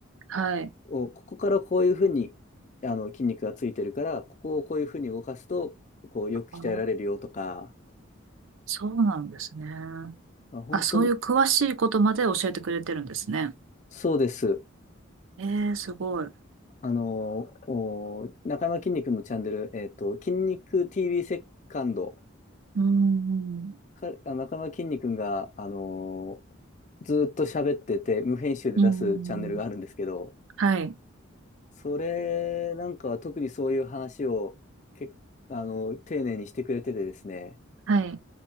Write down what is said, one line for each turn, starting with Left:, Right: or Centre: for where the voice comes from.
Right: はい。
Left: を、ここからこういうふうに、あの、筋肉がついてるから、ここをこういうふうに動かすと、こう、よく鍛えられるよとか、
Right: ああ、そうなんですね。
Left: まあ本当に、
Right: あ、そういう詳しいことまで教えてくれてるんですね。
Left: そうです。
Right: えー、すごい。
Left: あの、お、中山きんに君のチャンネル、えっと、筋肉 TV セカンド、
Right: うん。
Left: か、あ中山きんに君が、あの、ずーっと喋ってて、無編集で出すチャンネルがあるんですけど、
Right: うん。うんはい。
Left: それなんかは特にそういう話をけ、あの、丁寧にしてくれててですね。
Right: はい。